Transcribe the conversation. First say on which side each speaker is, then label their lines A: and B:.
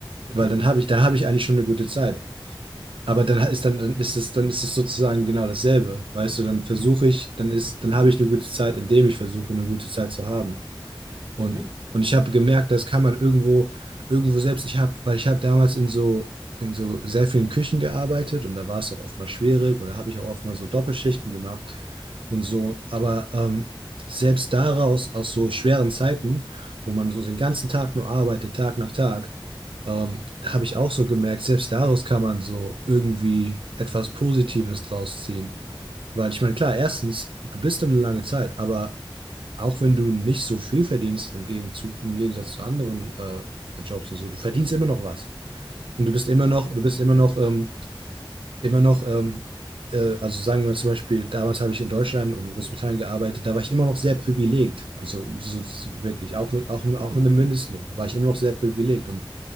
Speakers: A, on the right; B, on the right.
A: Mhm,
B: Weil dann habe ich, da habe ich eigentlich schon eine gute Zeit. Aber dann ist dann, dann ist es, dann ist es sozusagen genau dasselbe. Weißt du, dann versuche ich, dann ist, dann habe ich eine gute Zeit, indem ich versuche, eine gute Zeit zu haben. Und,
A: mhm,
B: und ich habe gemerkt, das kann man irgendwo, irgendwo selbst, ich habe, weil ich habe damals in so, in so sehr vielen Küchen gearbeitet und da war es auch oftmals schwierig oder habe ich auch oftmals so Doppelschichten gemacht und so. Aber ähm, selbst daraus, aus so schweren Zeiten, wo man so den ganzen Tag nur arbeitet, Tag nach Tag, ähm, habe ich auch so gemerkt, selbst daraus kann man so irgendwie etwas Positives draus ziehen. Weil ich meine, klar, erstens, du bist dann eine lange Zeit, aber auch wenn du nicht so viel verdienst im Gegenzug, im Gegensatz zu anderen äh, Jobs und so, du verdienst immer noch was. Und du bist immer noch, du bist immer noch, ähm, immer noch, ähm, äh, also sagen wir zum Beispiel, damals habe ich in Deutschland und in Großbritannien
A: mhm,
B: gearbeitet, da war ich immer noch sehr privilegiert. Also so, so wirklich, auch mit, auch, mit- auch
A: mhm.
B: mit einem Mindestlohn, da war ich immer noch sehr privilegiert. Und,